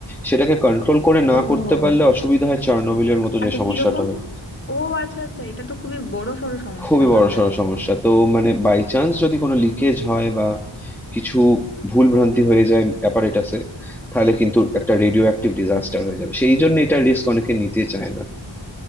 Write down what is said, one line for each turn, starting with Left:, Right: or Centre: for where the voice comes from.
Centre: সেটাকে কন্ট্রোল করে না
Left: ও
Centre: করতে পারলে অসুবিধা হয় চার্নোবিলের মতো
Left: আচ্ছা
Centre: যে সমস্যাটা
Left: কিরকম
Centre: হয়
Left: ও আচ্ছা আচ্ছা এটা তো খুবই বড় সড় সমস্যা
Centre: খুবই
Left: তাহলে
Centre: বড়সড় সমস্যা তো মানে বাই চান্স যদি কোনো লিকেজ হয় বা কিছু ভুল ভ্রান্তি হয়ে যায় অ্যাপারেটাসে তাহলে কিন্তু একটা রেডিও অ্যাক্টিভ ডিজাস্টার হয়ে যাবে সেই জন্য এটা রিস্ক অনেকে নিতে চায় না